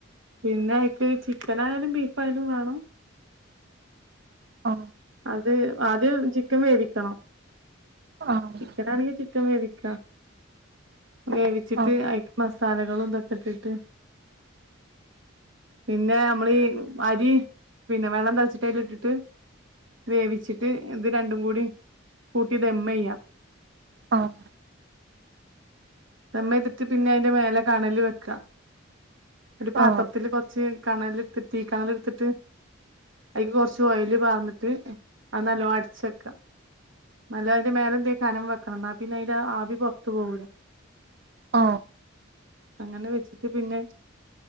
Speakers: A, on the right (about 65°); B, on the right (about 50°).
A: പിന്നെ എക്ക് ചിക്കൻ ആയാലും ബീഫ് ആയാലും വേണം
B: ആ
A: അത് ആദ്യം ചിക്കൻ വേവിക്കണം
B: ആഹ്
A: ചിക്കനാണെങ്കി ചി ക്കൻ വേവിക്കാ വേവിച്ചിട്ട്
B: ആഹ്
A: അയിക്ക് മസാ ലകളും ഇതൊക്കെ ഇട്ടിട്ട് പിന്നെ നമ്മള് ഈ അരി പിന്നെ വെള്ളം തിളച്ചിട്ട് അതില് ഇട്ടിട്ട് വേവിച്ചിട്ട് ഇത് രണ്ടും കൂടി കൂട്ടി ദെമ്മയ്യ
B: ആഹ്
A: ദെമ്ചെയ്തിട്ട് പിന്നെ അതിൻ്റെ മേലെ കണല് വെക്കാ ഒര് പാത്രത്തില്
B: ആഹ് ആഹ്
A: കൊറച്ച് കണല് ഇട്ടിട്ട് തീ കണല് എട്ത്തിട്ട് അതിക്ക് കൊറച്ച് ഓയില് പാർന്നിട്ട് അത് നല്ലോണം അടച്ച് വെക്ക്യാ നല്ല അതിന്റെ മേലെ എന്തെങ്കിലും കനം വെ ക്ക ഇന്നാ പിന്നെയിന്റെ ആവി പൊർ ത്തു പോവൂല
B: ആ
A: അങ്ങനെ വെച്ചിട്ട് പിന്നെ